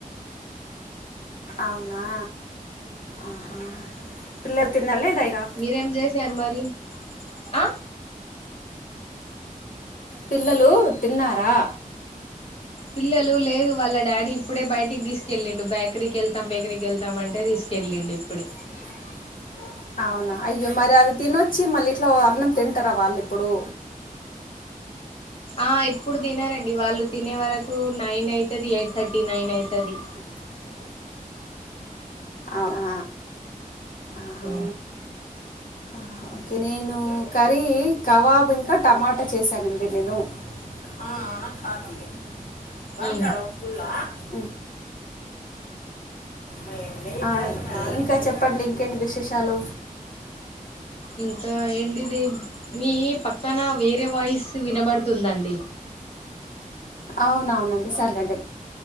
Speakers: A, on the left; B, on the left.
A: అవునా ఆహా పిల్లలు తిన్నారా లేదా ఇక
B: మీరేం చేసారు మరి ఆ
A: పిల్లలు తిన్నారా?
B: పిల్లలు లేదు వాళ్ళ డాడీ ఇప్పుడే బయటికి తీసుకెళ్ళిండు బేకరీకి వెళ్తాం బేకరీకి వెళ్తాం అంటే తీసుకె ళ్ళిండు ఇప్పుడే
A: అవునా అవునా అయ్యో మరి అది తినొచ్చి మళ్ళీ ఇట్లా అన్నం తింటారా వాళ్ళు ఇప్పుడు.
B: ఆ ఇప్పుడు తినరండి వాళ్ళు తినే వరకు నైన్ అవుతాది ఎయిట్ థర్టీ నైన్ అయితాది.
A: <inaudible> అవునా ఆహా.
B: మ్
A: ఆ, నేను కర్రీ కవాబ్ ఇంకా టమాటా చేశానండి నేను ఆ కాాపి బకా
B: ఉమ్
A: రక్తుూలా <unintelligible> ఉ హ ఇంకా చెప్పండి ఇంకేంటి విశేషాలు.
B: ఇంకా ఏంటి ఇది మీ పక్కన వేరే వాయిస్ వినబడుతుందండి.
A: అవునవునండి సర్లేండి